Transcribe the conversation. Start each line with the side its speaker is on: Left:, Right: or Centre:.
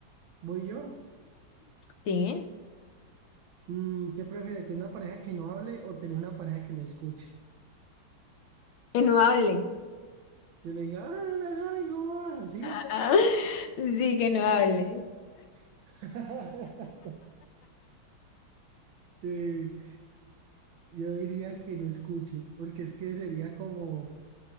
Right: ¿Voy yo?
Left: Sí,
Right: Mm, ¿qué prefieres? ¿Tener una pareja que no hable o tener una pareja que no escuche?
Left: que no hable.
Right: Que le diga, ah la gana, ¿y cómo vas? ¿Sí?
Left: <laughs> Sí, que no hable.
Right: <laughs> Eh, yo diría que no escuche, porque es que sería como